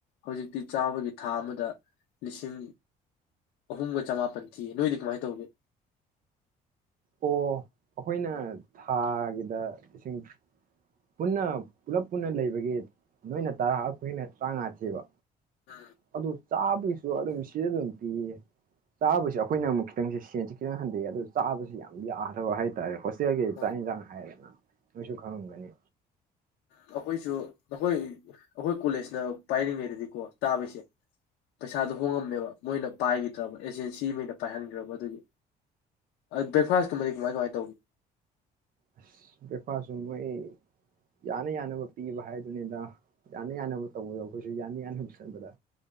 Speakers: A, on the left (about 85°); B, on the right (about 55°).
A: ꯍꯧꯖꯤꯛꯇꯤ ꯆꯥꯕꯒꯤ ꯊꯥ ꯑꯃꯗ ꯂꯤꯁꯤꯡ ꯑꯍꯨꯝꯒ ꯆꯃꯥꯄꯜ ꯅꯣꯏꯗꯤ ꯀꯃꯥꯏꯅ ꯇꯧꯒꯦ
B: ꯑꯣ ꯑꯩꯈꯣꯏꯅ ꯊꯥꯒꯤꯗ ꯏꯁꯤꯡ ꯄꯨꯟꯅ ꯄꯨꯂꯞ ꯄꯨꯟꯅ ꯂꯩꯕꯒꯤ ꯅꯣꯏꯅ ꯇꯔꯥ ꯑꯩꯈꯣꯏꯅ ꯇꯔꯥꯃꯉꯥꯥꯁꯦꯕ
A: ꯎꯝ
B: ꯑꯗꯨ ꯆꯥꯕꯒꯤꯁꯨ ꯑꯗꯨꯝ ꯁꯤꯗ ꯑꯗꯨꯝ ꯄꯤꯌꯦ ꯆꯥꯕꯁꯤ ꯑꯩꯈꯣꯏꯅ ꯑꯃꯨꯛ ꯈꯤꯇꯪꯁꯦ ꯁꯦꯟꯁꯦ ꯈꯤꯇꯪ ꯍꯟꯊꯩꯑ ꯑꯗꯨ ꯆꯥꯕꯁꯤ ꯌꯥꯝ ꯌꯥꯗ꯭ꯔꯕ ꯍꯥꯏꯇꯥꯔꯦ ꯆꯦ
A: ꯑꯣ
B: ꯆꯥꯡꯟꯖꯥꯡ ꯍꯥꯏꯔꯦꯅ ꯃꯁꯨ ꯈꯪꯒꯅꯤ
A: ꯎꯝ ꯑꯩꯈꯣꯏꯁꯨ ꯅꯈꯣꯏ ꯑꯩꯈꯣꯏ ꯀꯣꯂꯦꯖꯅ ꯄꯥꯏꯔꯤꯉꯩꯗꯗꯤꯀꯣ ꯇꯥꯕꯁꯦ ꯄꯩꯁꯥꯗꯣ ꯍꯣꯡꯉꯝꯃꯦꯕ ꯃꯣꯏꯅ ꯄꯥꯏꯈꯤꯗ꯭ꯔꯕ ꯑꯦꯖꯦꯟꯁꯤꯈꯩꯅ ꯄꯥꯏꯍꯟꯈ꯭ꯔꯕ ꯑꯗꯨꯒꯤ ꯑ ꯕ꯭ꯔꯦꯛꯐꯥꯁꯀꯨꯝꯃꯗꯤ ꯀꯃꯥꯏ ꯀꯃꯥꯏꯅ ꯇꯧꯒ
B: ꯑꯁ ꯕ꯭ꯔꯦꯛꯐꯥꯁꯁꯨ ꯃꯣꯏ ꯌꯥꯅ ꯌꯥꯅꯕ ꯄꯤꯕ ꯍꯥꯏꯗꯨꯅꯤꯗ ꯌꯥꯅ ꯌꯥꯅꯕ ꯇꯧꯕꯗ ꯑꯩꯈꯣꯏꯁꯨ ꯌꯥꯅ ꯌꯥꯅꯕ ꯆꯟꯕꯗ